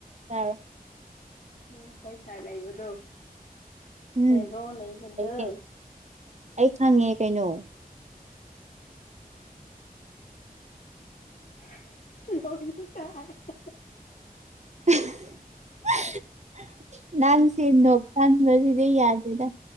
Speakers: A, on the right; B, on the left.
A: ꯌꯥꯔꯣꯏ
B: ꯎꯝ ꯈꯣꯏ ꯁꯥꯏ ꯂꯩꯕꯗꯨ
A: ꯎꯝ
B: ꯍꯦꯔꯣ ꯂꯩꯕꯗꯣ
A: ꯂꯩꯌꯦ ꯑꯩ ꯈꯪꯉꯦ ꯀꯩꯅꯣ
B: <unintelligible>
A: <unintelligible> ꯅꯪꯁꯦ ꯅꯣꯛꯀꯟ ꯕꯁꯤꯗꯤ ꯌꯥꯗꯦꯗ